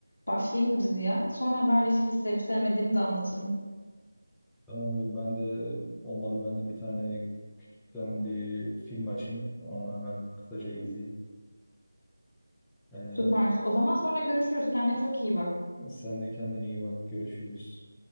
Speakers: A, on the left; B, in the centre.
A: Başlayayım bu diziye. Sonra haberleşiriz. Sevip sevmediğimi de anlatırım.
B: Tamamdır. Ben de olmadı. Ben de bir tane küçükten bir film açayım. Onu hemen kısaca izleyeyim. Ee,
A: Süper. O zaman sonra görüşürüz. Kendine çok iyi bak.
B: sen de kendine iyi bak. Görüşürüz.